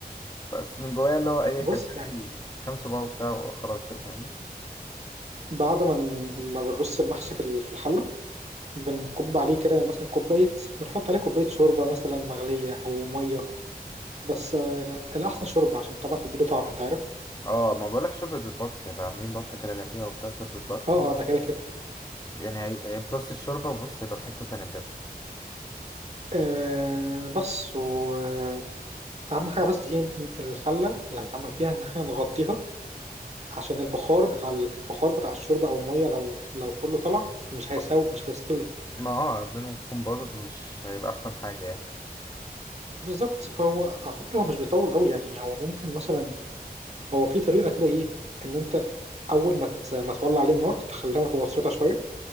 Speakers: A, on the left; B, on the right.
A: بس من جوايا اللي هو إيه
B: بص
A: كلت
B: يعني
A: لي كام صباع وبتاع وخلاص كده فاهمني
B: بعد ما ن- ما بنرص المحشي في ال- في الحلة بنكب عليه كده مثلا كوباية بنحط عليه كوباية شوربة مثلا مغلية أو مية بس آه الأحسن شوربة عشان طبعا تديله طعم أنت عارف
A: اه ما بقولك شوربة البط يبقى عاملين بطة كده جنبيها وبتاع شوربة بط
B: اه
A: يعني
B: اه ده كده كده
A: يعني هي- هيمتص الشوربة وبص هيبقى في حتة تانية بجد
B: آه بس وأهم حاجة بس إيه ن- الحلة اللي هيتعمل فيها إن احنا نغطيها عشان البخار بتاع ال- البخار بتاع الشوربة أو المية لو لو كله طلع مش هيساوي
A: ما
B: مش هيستوي
A: ما اه الدنيا هتكون باظت ومش هيبقى أحسن حاجة يعني
B: بالظبط فهو على فكرة هو مش بيطول قوي يعني هو ممكن مثلا هو في طريقة كده ايه ان انت اول ما ت- ما تولع عليه النار تخليها متوسطة شوية